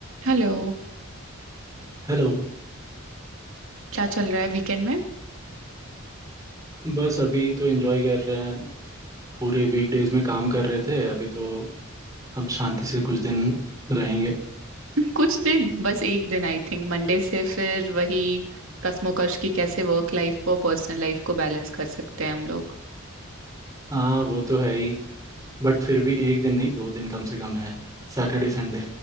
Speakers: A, on the right; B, on the right.
A: Hello
B: Hello
A: क्या चल रहा है वीकेंड में
B: बस अभी तो एंजॉय कर रहे हैं पूरे वीकडेज में काम कर रहे थे अभी तो अब शांति से कुछ दिन रहेंगे
A: <laughs> कुछ दिन बस एक दिन आई थिंक मंडे से फिर वही कश्मोकश की कैसे वर्क लाइफ को पर्सनल लाइफ को बैलेंस कर सकते हैं हम लोग
B: हाँ वो तो है ही बट फिर भी एक दिन नहीं दो दिन कम से कम है सैटरडे संडे